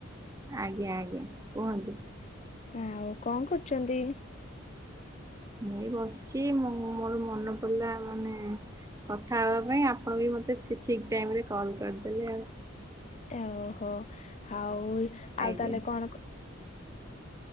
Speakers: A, on the right (about 15°); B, on the left (about 30°).
A: ଆଜ୍ଞା ଆଜ୍ଞା କୁହନ୍ତୁ?
B: ଆଉ କଣ କରୁଚନ୍ତି?
A: ମୁଁ ଏଇ ବସ୍ଚି୍। ମୁ ମୋର ମନେ ପଡିଲା ମାନେ କଥା ହେବା ପାଇଁ। ଆପଣ ବି ମତେ ସେ ଠିକ୍ ଟାଇମରେ କଲ୍ କରିଦେଲେ ଆଉ।
B: ଏଓ ଓହୋ, ଆଉ ଆଉ
A: ଆଜ୍ଞା।
B: ତାହେଲେ କଣ କ